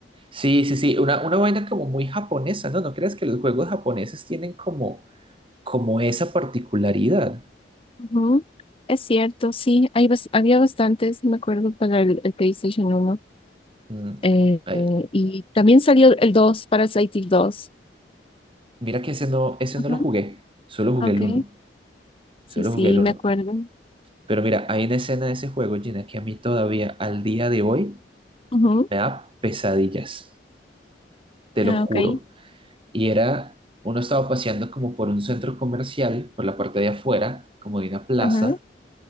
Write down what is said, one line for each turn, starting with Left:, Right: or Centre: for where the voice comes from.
Right: Sí, sí, sí, una, una vaina como muy japonesa, ¿no? ¿No crees que los juegos japoneses tienen como, como esa particularidad?
Left: Ujú. Es cierto, sí, hay bas- había bastantes, me acuerdo, para el, el PlayStation uno.
Right: Mm.
Left: Eh,
Right: Ay,
Left: eh, y también salió el dos Parasite Eve 2.
Right: mira que ese no, ese
Left: Ujú,
Right: no lo jugué, solo jugué
Left: Ok,
Right: el uno, solo
Left: sí, sí,
Right: jugué el uno.
Left: me acuerdo.
Right: Pero mira, hay una escena de ese juego, Gina, que a mí todavía, al día de hoy,
Left: Ujú,
Right: me da pesadillas, te lo
Left: Ah,
Right: juro.
Left: ok,
Right: Y era, uno estaba paseando como por un centro comercial, por la parte de afuera, como de una plaza
Left: ajá,